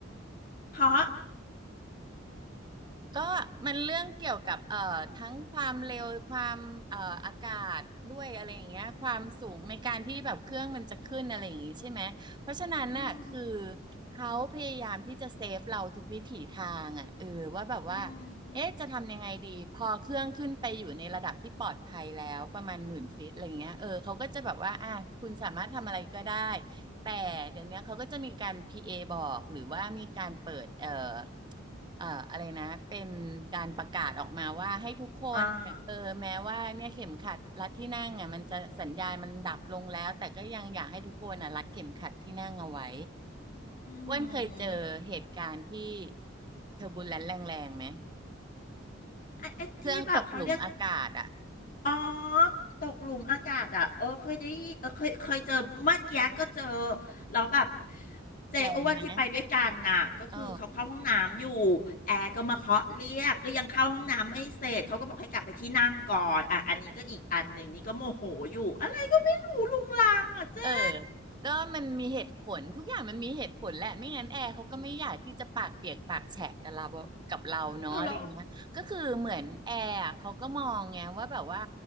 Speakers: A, on the left; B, on the right.
A: เพราะ
B: ก็มันเรื่องเกี่ยวกับเอ่อทั้งความเร็วความเอ่ออากาศด้วยอะไรอย่างเงี้ยความสูงในการที่แบบเครื่องมันจะขึ้นอะไรอย่างงี้ใช่ไหมเพราะฉะนั้นน่ะคือ
A: อืม
B: เขาพยายามที่จะเซฟเราทุกวิถีทางอ่ะเออว่าแบบว่า
A: อื
B: เอ๊ะจะทำยังไงดีพอเครื่องขึ้นไปอยู่ในระดับที่ปลอดภัยแล้วประมาณหมื่นฟิตอะไรเงี้ยเออเขาก็จะแบบว่าอ่ะคุณสามารถทำอะไรก็ได้
A: ม
B: แต่เดี๋ยวนี้เขาก็จะมีการ PA บอกหรือว่ามีการเปิดเอ่อเอ่ออะไรนะเป็นการประกาศออกมาว่าให้ทุกคนเออแม้ว่าเนี่ยเข็มขัดรัดที่นั่งอ่ะมันจะสัญญาณมันดับลงแล้วแต่ก็ยังอยากให้ทุกคนอ่ะรัดเข็มขัดที่นั่งเอาไว้
A: อ่าอื
B: อ้วนเคยเจอเหตุการณ์ที่
A: ม
B: เทอร์บูลแลนซ์แรงๆไหม
A: ไอ้ไอ้ที่แบบเขาเรียก
B: เครื่องตกหลุมอากาศอะ
A: อ๋อตกหลุมอากาศอ่ะเออเคยได้ยินเออเคยเคยเจอเมื่อกี้ก็เจอแล้วแบบเจอ้วนที่ไปด้วยกันน่ะก็คือเขาเข้าห้องน้ำอยู่แอร์ก็มาเคาะเรียกก็ยังเข้าห้องน้ำไม่เสร็จเขาก็บอกให้กลับไปที่นั่งก่อนอ่ะอันนี้ก็อีกอันหนึ่งนี่ก็โมโหอยู่อะไรก็ไม่รู้ลุงลังอ่ะเจ๊
B: แรงไหมเออ เออก็มันมีเหตุผลทุกอย่างมันมีเหตุผลแหละไม่งั้นแอร์เขาก็ไม่อยากที่จะปากเปียกปากแฉะกับเรากับเราเนาะอะไรอย่างเงี้ยก็คือเหมือนแอร์อะเขาก็มองไงว่าแบบว่า
A: เอาเรา